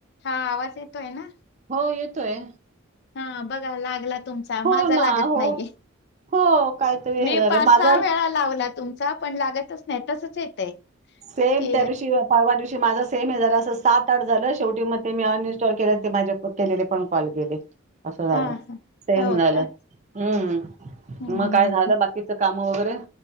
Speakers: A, on the left; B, on the right.
A: हा आवाज येतोय ना?
B: हो येतोय.
A: हा बघा लागला तुमचा
B: हो
A: माझा
B: ना
A: लागत
B: हो
A: नाहीये,
B: हो काहीतरी हे
A: मी
B: झालं
A: पाच
B: माझं
A: सहा वेळा- लावला तुमचा पण लागतच नाही तसच येतय.
B: सेम
A: की
B: त्या दिवशी परवा दिवशी माझा सेम हे जरास सात आठ झालं शेवटी मग ते मी- स्टॉल के ते माझे केले पण कॉल केले- असं झालं
A: हा हा.
B: सेम
A: हो
B: झालं,
A: का
B: हम्.
A: हम्म
B: मग काय झालं बाकीच काम? वगैरे-